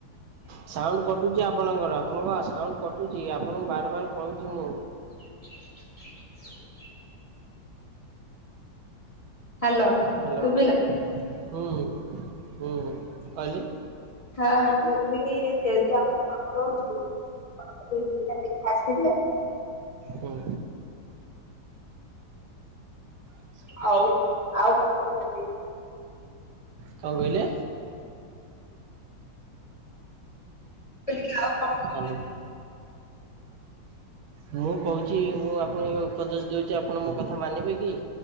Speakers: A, on the right; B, on the left.
A: ସାଉଣ୍ଡ କଟୁଛି ଆପଣଙ୍କର ଆପଣଙ୍କ ସାଉଣ୍ଡ କଟୁଛି ଆପଣଙ୍କୁ ବାର୍ ବାର୍ କହୁଛି ମୁଁ।
B: <inaudible> Hello
A: hello.
B: ଶୁବିଲା?
A: ହୁଁ ହୁଁ କହିଲେ
B: ହଁ ମୁଁ କହୁଥିଲି କି ଯଦି ଆମର କାମ ରହୁଚି ସେ ଦି ଭାଇ ଆଙ୍କ ଆସି ଯିବେ?
A: ହୁଁ। <inaudible>
B: ଆଉ ଆଉ କଣ କହୁଚନ୍ତି।
A: କଣ କହିଲେ?
B: ମୁଁ କହିଲି କି ଆଉ କହୁଛନ୍ତି
A: ହ୍ୟାଲୋ। ମୁଁ କହୁଛି ମୁଁ ଆପଣଙ୍କୁ ଉପଦେଶ ଦୋଉଛି ଆପଣ ମୋ କଥା ମାନିବେ କି?